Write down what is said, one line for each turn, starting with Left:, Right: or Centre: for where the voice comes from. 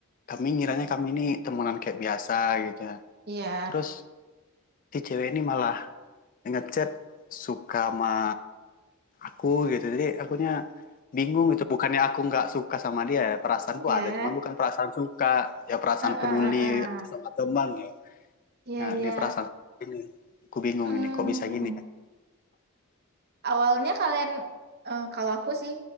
Left: kami ngiranya kami ini temenan kayak biasa gitu ya.
Right: Iya,
Left: Terus si cewek ini malah ngechat suka sama aku gitu jadi akunya bingung gitu bukannya aku nggak suka sama dia ya perasaanku
Right: iya,
Left: ada cuman bukan perasaan suka ya perasaan
Right: eh, eh,
Left: peduli
Right: eh, eh.
Left: sama teman ya
Right: iya,
Left: nah,
Right: iya.
Left: ini perasaan ini aku bingung
Right: Hmm,
Left: ini kok bisa gini
Right: awalnya kalian, eh, kalau aku sih